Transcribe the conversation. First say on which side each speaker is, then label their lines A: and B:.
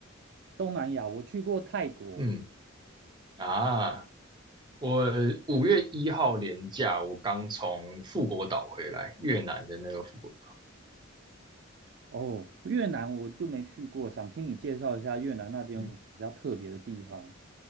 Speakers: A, on the right (about 60°); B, on the right (about 20°).
A: 东南亚我去过泰国，
B: 嗯。啊，我五月一号连假，我刚从富国岛回来，越南的那个富国岛。
A: 哦，越南我就没去过，想听你介绍一下越南那边有什么比较特别的地方。
B: 嗯，